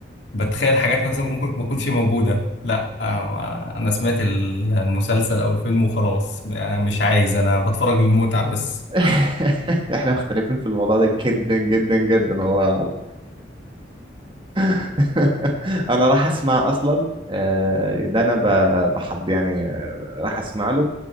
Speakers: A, on the left; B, on the right.
A: بتخيل حاجات مثلا ممكن ما تكونش موجودة لا آه، ما- أنا سمعت المسلسل أو الفيلم وخلاص يعني مش عايز أنا بتفرج للمتعة بس
B: <laughs> احنا مختلفين في الموضوع ده جدا جدا جدا والله <laughs> انا راح اسمع اصلا آه، ده انا ب- بحض يعني آه، راح اسمع له